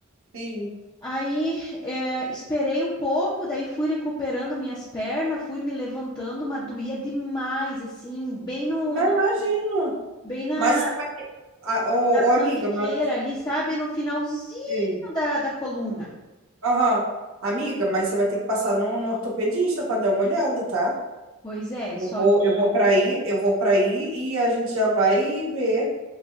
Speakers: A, on the right; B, on the left.
A: sim.
B: Aí, eh, esperei um pouco, daí fui recuperando minhas pernas, fui me levantando, mas doía demais, assim, bem no,
A: Mas
B: no-
A: imagino.
B: bem na,
A: Mas você vai ter. Ah, Ô,
B: na sambiqueira
A: ô, amiga, mas.
B: ali, sabe? No finalzinho
A: Sim.
B: da, da coluna.
A: Aham. Amiga, mas você vai ter que passar no, no ortopedista para dar uma olhada, tá?
B: Pois é,
A: Eu
B: só
A: vou,
B: que.
A: eu vou para aí, eu vou para aí e a gente já vai ver